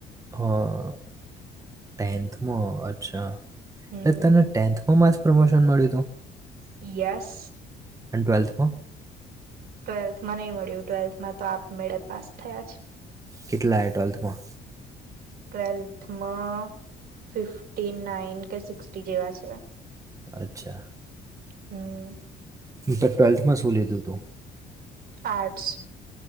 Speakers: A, on the right; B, on the right.
A: ટેન્થમાં અચ્છા.
B: હમ
A: એટલે તને ટેન્થમાં પ્રમોશન મળ્યું હતું.
B: પિયાસ.
A: એન્ડ ટ્વેલ્થમાં?
B: ટ્વેલ્થમાં નહી મળ્યું ટ્વેલ્થમાં તો આપમેળે પાસ થયા જ.
A: કેટલા એ ટ્વેલ્થમાં?
B: ટ્વેલ્થમાં ફિફ્ટી નાઈન કે સિક્સી જેવા છે.
A: અચ્છા.
B: હમ.
A: મે ટ્વેલ્થમાં શું લીધું હતું?
B: આટ્સ.